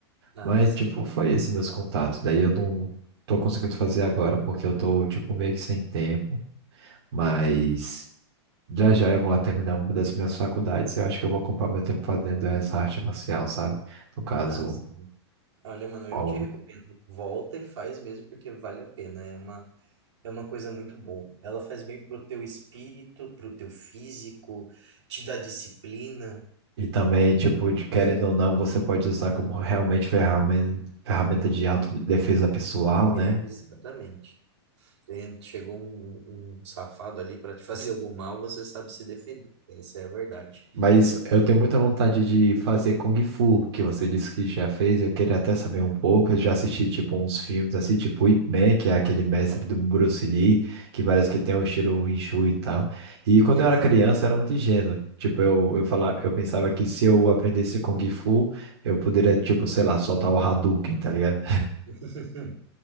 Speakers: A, on the right (about 80°); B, on the right (about 60°).
A: Ah,
B: Mas,
A: sim.
B: tipo, foi esse meus contatos. Daí eu não tô conseguindo fazer agora porque eu tô, tipo, meio que sem tempo. Mas já já eu vou terminar uma das minhas faculdades e eu acho que eu vou ocupar meu tempo fazendo essa arte marcial, sabe? No caso,
A: Ah, sim. Olha, mano, eu
B: alguma.
A: te recomendo. Volta e faz mesmo, porque vale a pena. É uma, é uma coisa muito boa. Ela faz bem pro teu espírito, pro teu físico, te dá disciplina.
B: E também, tipo, de querendo
A: É,
B: ou não, você pode usar como realmente ferramenta, ferramenta de autodefesa pessoal, né?
A: é, Exatamente. Tem- Chegou um, um um safado ali para te <laughs> fazer algum mal, você sabe se defender. Essa é a verdade.
B: Mas eu tenho muita
A: E-
B: vontade de fazer Kung Fu, que você disse que já fez. Eu queria até saber um pouco. Eu já assisti, tipo, uns filmes assim, tipo Ip Man, que é aquele mestre do Bruce Lee, que parece que tem o estilo Wing Chun e tal. E quando
A: Exato.
B: eu era criança, eu era muito ingênuo. Tipo, eu, eu, falava, eu pensava que se eu aprendesse Kung Fu, eu poderia, tipo, sei lá, soltar o Hadouken, tá ligado?
A: <laughs>